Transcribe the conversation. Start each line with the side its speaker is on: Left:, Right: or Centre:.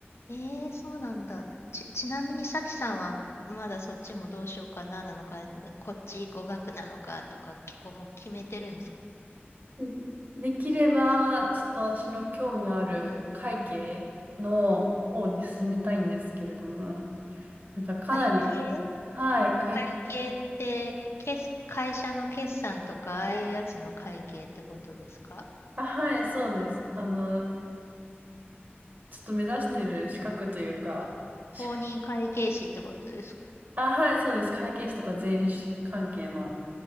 Left: ええそうなんだ。ち、ちなみにさきさんはまだそっちもどうしようかななのか、こっち語学なのかとか結構もう決めてるんですか
Right: うんできれば、ちょっと私の興味のある会計の方に進めたいんですけれども、なんかかなり、
Left: 会計
Right: はい、会、
Left: 会計って、決会社の決算とか、ああいうやつの会計ってことですか
Right: あ、はい、そうです。あの、ちょっと目指してる資格というか、
Left: うん
Right: 資格
Left: 公認会計士ってことですか
Right: あ、はい、そうです。会計士とか税理士関係の。